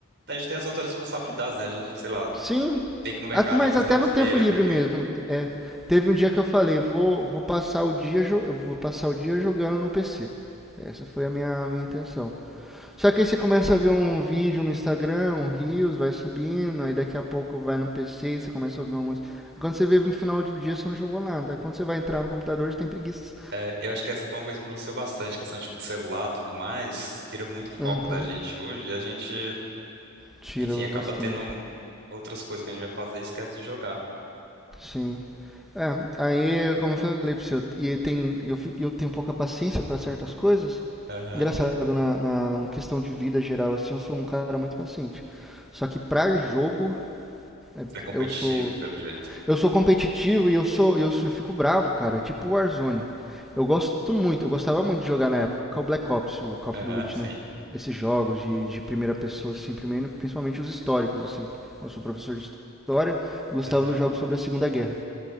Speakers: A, on the right (about 55°); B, in the centre.
A: a gente tem as outras responsabilidades, né? A gente, sei lá,
B: Sim,
A: tem que ir no mercado,
B: a- mas
A: tem que fazer
B: até
A: uma
B: no
A: feira,
B: tempo livre
A: tem que.
B: mesmo. É, teve um dia que eu falei, vou, vou passar o dia, jo- eu vou passar o dia jogando no PC. Essa foi a minha, minha intenção. Só que aí você começa a ver um vídeo no Instagram, um Reels, vai subindo, aí daqui a pouco vai no PC, você começa a ouvir uma música. Quando você vê no final do dia, você não jogou nada. Aí Quando você vai entrar no computador, você tem preguiça.
A: É, eu acho que essa foi uma coisa que influenciou bastante, questão tipo de celular, e tudo mais, tira muito foco
B: Uhum,
A: da gente hoje, e a gente,
B: tira
A: enfim,
B: bastante.
A: acaba tendo outras coisas que a gente vai fazer e esquece de jogar.
B: Sim. É, aí, como eu falei pra você, e tem, eu, fi- eu tenho pouca paciência pra certas coisas.
A: Aham.
B: Engraçado, na, na na questão de vida geral, assim, eu sou um cara muito paciente. Só que pra jogo, é-
A: Ser competitivo,
B: eu sou,
A: pelo jeito.
B: eu sou competitivo e eu sou, eu, eu fico bravo, cara. É tipo Warzone. Eu gosto muito, eu gostava muito de jogar na época o Black Ops, o Call
A: Aham,
B: of Duty,
A: sim.
B: né? Esses jogos de, de primeira pessoa, assim, primeiro, principalmente os históricos, assim. Eu sou professor de história, gostava
A: Aham.
B: dos jogos sobre a Segunda Guerra.